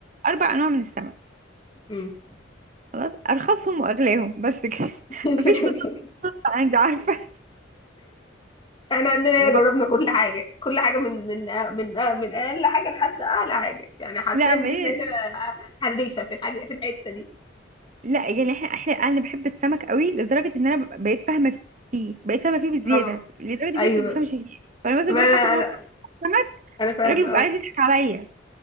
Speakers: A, on the right; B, on the left.
A: اربع انواع من السمك
B: مم.
A: خلاص ارخصهم واغلاهم بس كده <laughs>
B: <laughs>
A: مفيش فلوس عندي عارفه
B: احنا عندنا هنا
A: يعني
B: جربنا
A: ب-
B: كل حاجة كل حاجة من من آه، من آه، من اقل حاجة لحد اعلى حاجة يعني حرفيا
A: لا ما
B: بيتنا
A: هي
B: هنا آه، حريفة في الحاجة في الحتة دي
A: لا يعني احنا احنا انا بحب السمك قوي لدرجه ان انا بقيت فاهمه فيه بقيت فاهمه فيه بزياده
B: اه
A: لدرجه
B: ايوه
A: ان انت ما بتفهمش فيه فانا مثلا
B: ما
A: بروح
B: انا
A: اكل في
B: انا
A: مطعم سمك
B: أنا فاهمه
A: الراجل بيبقى
B: اه
A: عايز يضحك عليا